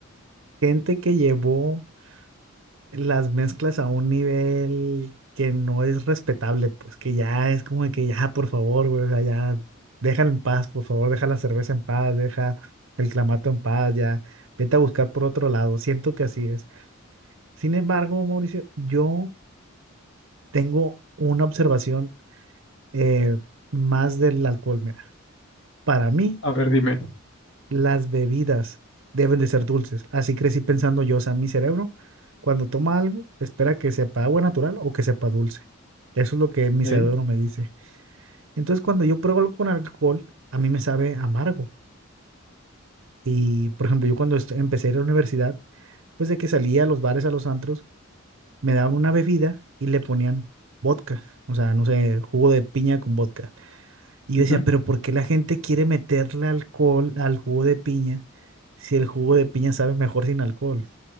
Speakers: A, on the right (about 65°); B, on the left (about 60°).
A: gente que llevó las mezclas a un nivel que no es respetable, pues que ya es como de que ya, por favor, güey, o sea, ya déjala en paz, por favor, deja la cerveza en paz, deja el clamato en paz, ya, vete a buscar por otro lado, siento que así es. Sin embargo, Mauricio, yo tengo una observación eh, más del alcohol, mira, para mí,
B: A ver, dime.
A: las bebidas deben de ser dulces. Así crecí pensando yo, o sea, mi cerebro, cuando toma algo, espera que sepa agua natural o que sepa dulce. Eso es lo que mi
B: ¿eh?
A: cerebro me dice. Entonces, cuando yo pruebo algo con alcohol, a mí me sabe amargo. Y, por ejemplo, yo cuando est- empecé a ir a la universidad, pues de que salía a los bares, a los antros, me daban una bebida y le ponían vodka. O sea, no sé, jugo de piña con vodka. Y yo
B: ujú.
A: decía, pero ¿por qué la gente quiere meterle alcohol al jugo de piña si el jugo de piña sabe mejor sin alcohol?